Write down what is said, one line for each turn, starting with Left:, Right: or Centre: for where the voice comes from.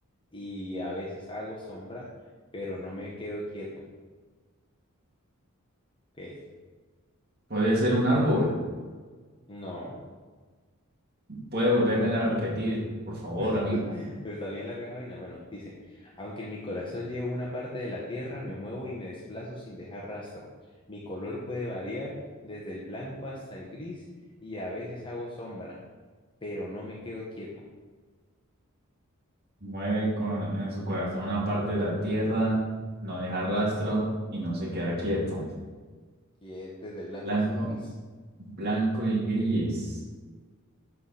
Left: y a veces hago sombra, pero no me quedo quieto. ¿Qué es?
Right: Puede ser un árbol.
Left: No.
Right: Puede volvérmela a repetir, por favor,
Left: <laughs>
Right: amigo.
Left: Pero Está bien larga esa vaina. Bueno, dice, aunque en mi corazón llevo una parte de la tierra, me muevo y me desplazo sin dejar rastro. Mi color puede variar desde el blanco hasta el gris y a veces hago sombra, pero no me quedo quieto,
Right: Mueve con, en su corazón una parte de la tierra, no deja rastro y no se queda quieto.
Left: que es desde el blanco
Right: Blanco,
Left: hasta el gris.
Right: blanco y gris.